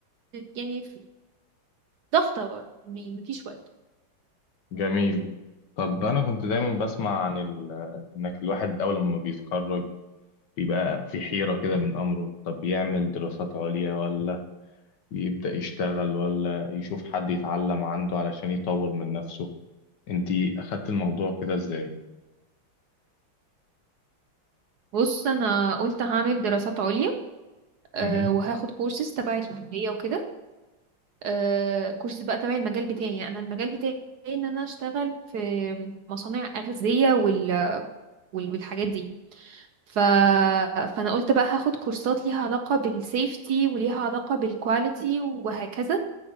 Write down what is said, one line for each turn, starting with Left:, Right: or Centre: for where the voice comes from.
Right: يعني ضغطة برضه يعني مفيش وقت
Left: جميل طب انا كنت دايما بسمع عن ال... انك الواحد اول ما بيتخرج بيبقى في حيرة كده من امره طب يعمل دراسات عليا ولا يبدأ يشتغل ولا يشوف حد يتعلم عنده علشان يطور من نفسه انتي اخدت الموضوع كده ازاي
Right: بص انا قلت هعمل دراسات عليا أه
Left: مهم.
Right: وهاخد كورسز تبع الكليه وكده أه كورسز بقى تبع المجال بتاعي يعني انا المجال بتاعي ان انا اشتغل في مصانع اغذيه وال... وال... والحاجات دي ف... فانا قلت بقى هاخد كورسات ليها علاقه بالسيفتي وليها علاقه بالكواليتي وهكذا